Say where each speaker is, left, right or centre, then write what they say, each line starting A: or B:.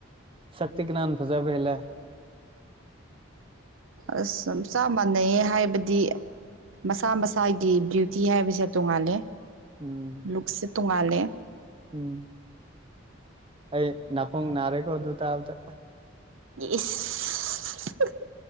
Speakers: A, on the right; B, on the right.
A: ꯁꯛꯇꯤ ꯀꯅꯥꯟ ꯐꯖꯕ ꯍꯦꯂꯦ
B: ꯑꯁ ꯆꯞ ꯃꯥꯟꯅꯩꯌꯦ ꯍꯥꯏꯕꯗꯤ꯫ ꯃꯁꯥ ꯃꯁꯥꯒꯤ ꯗꯌꯨꯇꯤ ꯍꯥꯏꯕꯁꯦ ꯇꯣꯡꯉꯥꯂꯦ
A: ꯎꯝ
B: ꯂꯨꯛꯁꯦ ꯇꯣꯡꯉꯥꯜꯂꯦ
A: ꯎꯝ ꯑꯩ ꯅꯥꯀꯣꯡ ꯅꯥꯔꯦꯀꯣ ꯑꯗꯨ ꯇꯥꯕꯗ
B: ꯏꯁ